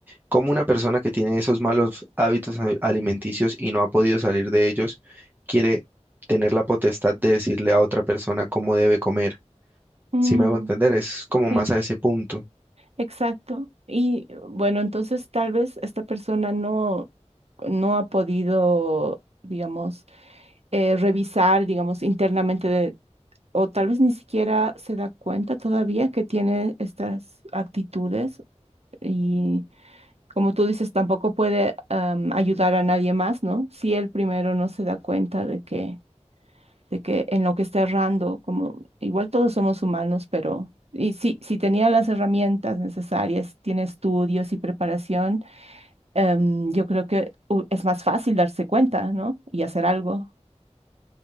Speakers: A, on the right; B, on the right.
A: ¿Cómo una persona que tiene esos malos hábitos a- alimenticios y no ha podido salir de ellos quiere tener la potestad de decirle a otra persona cómo debe comer?
B: mm,
A: Si me hago entender, es como
B: Sí.
A: más a ese punto.
B: Exacto. Y bueno, entonces tal vez esta persona no, no ha podido, digamos, eh, revisar, digamos, internamente de- o tal vez ni siquiera se da cuenta todavía que tiene estas actitudes y como tú dices, tampoco puede am, ayudar a nadie más, ¿no? Si él primero no se da cuenta de que de que en lo que está errando, como igual todos somos humanos, pero y si, si tenía las herramientas necesarias, tiene estudios y preparación, em, yo creo que u- es más fácil darse cuenta, ¿no? Y hacer algo,